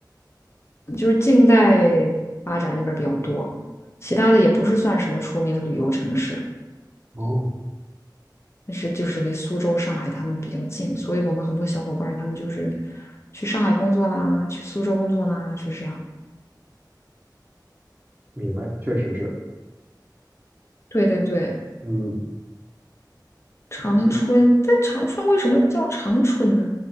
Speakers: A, on the left; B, on the right.
A: 就是近代发展那边儿比较多，其他的也不是算什么出名的旅游城市，
B: 哦，
A: 但是就是离苏州、上海他们比较近，所以我们很多小伙伴儿他们就是去上海工作啦，去苏州工作啦，就是这样。
B: 明白，确实是，
A: 对对对，
B: 嗯，
A: 长春，
B: 是
A: 但长春为什么叫长春呢？